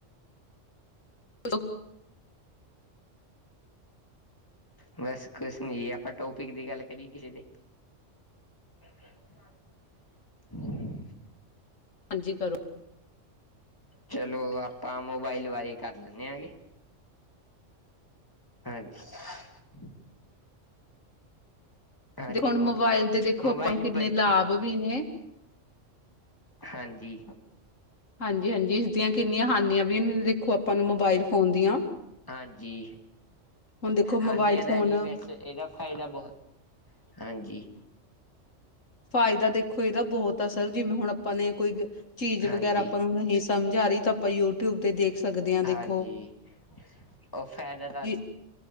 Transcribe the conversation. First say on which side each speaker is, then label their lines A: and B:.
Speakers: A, on the left; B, on the left.
A: <inaudible>
B: ਬਸ ਕੁਛ ਨੀ ਜੀ ਆਪਾਂ ਟੋਪਿਕ ਦੀ ਗੱਲ ਕਰੀਏ ਕਿਸੇ ਤੇ। <inaudible>
A: ਹਾਂਜੀ ਕਰੋ।
B: ਚਲੋ ਆਪਾਂ ਮੋਬਾਈਲ ਬਾਰੇ ਕਰ ਲੈਨੇ ਆ ਗੇ। ਹਾਂਜੀ। ਹਾਂਜੀ
A: ਦੇਖੋ ਹੁਣ
B: ਮੋ
A: ਮੋਬਾਇਲ ਦੇ ਦੇਖੋ
B: ਮੋਬਾਈਲ
A: ਆਪਾਂ ਨੂੰ ਕਿੰਨੇ
B: ਬਰੀ
A: ਲਾਭ ਵੀ ਨੇ।
B: ਹਾਂਜੀ।
A: ਹਾਂਜੀ, ਹਾਂਜੀ ਇਸ ਦੀਆਂ ਕਿੰਨੀਆਂ ਹਾਨੀਆਂ ਵੀ ਦੇਖੋ ਆਪਾਂ ਨੂੰ ਮੋਬਾਇਲ ਫੋਨ ਦੀਆਂ।
B: ਹਾਂਜੀ।
A: ਹੁਣ ਦੇਖੋ ਮੋਬਾਇਲ
B: ਹਾਂਨੀਆ
A: ਫੋਨ
B: ਤਾਂ ਜੀ ਬਸ ਏਦਾ ਫਾਇਦਾ ਬੋਤ ਹਾਂਜੀ।
A: ਫਾਇਦਾ ਦੇਖੋ ਏਦਾ ਬੋਹਤ ਆ ਸਰ ਜਿਵੇਂ ਹੁਣ ਆਪਾਂ ਨੇ ਕੋਈ ਚੀਜ਼
B: ਹਾਂਜੀ।
A: ਵਗੈਰਾ ਆਪਾਂ ਨਹੀਂ ਸਮਝ ਆ ਰੀ ਤਾਂ ਆਪਾਂ ਯੂਟਿਊਬ ਤੇ ਦੇਖ ਸਕਦੇ ਹਾਂ ਦੇਖੋ।
B: ਹਾਂਜੀ, ਓ ਫੈਦਾ ਤਾਂ
A: ਹਾਂਜੀ,